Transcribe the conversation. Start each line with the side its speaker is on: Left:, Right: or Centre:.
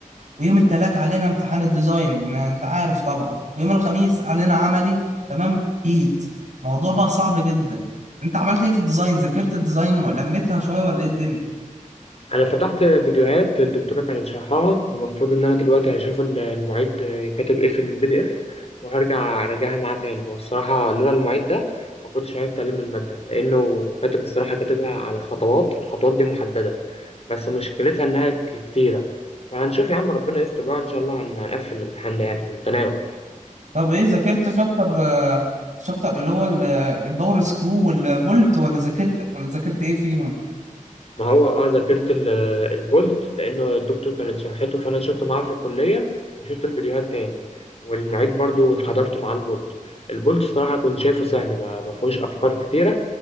Right: ويوم التلات علينا امتحان الديزاين أنت عارف طبعا ويوم الخميس علينا عملي تمام هيت الموضوع بقى صعب جدا أنت عملت إيه في الديزاين ذاكرت الديزاين ولمتها شوية ولا إيه الدنيا؟
Left: انا فتحت فيديوهات الدكتوره كانت شرحها والمفروض ان انا دلوقتي هشوف ال- المعيد كاتب ايه في البي دي اف وهرجع اراجعها معاه تاني هو الصراحه لولا المعيد ده ما كنتش عرفت الم الماده لانه كاتب الصراحه كاتبها على خطوات الخطوات دي محدده بس مشكلتها انها ك- كتيره فهنشوف يا عم ربنا يستر بقى ان شاء الله هن- هنقفل الامتحان ده يعني في المتناول
Right: طب ايه ذاكرت شابتر آه، شابتر اللي هو ال- آه، الباور سكرو والبولت ولا ذاكرت ولا ذاكرت ايه فيهم
Left: ما هو اه ذاكرت ال- آه، البولت لانه الدكتور كانت شرحته فانا شفته معاه في الكليه وشفت الفيديوهات تاني والمعيد برضو حضرت معاه البولت البولت الصراحه كنت شايفه سهل ما ما فيهوش افكار كتيره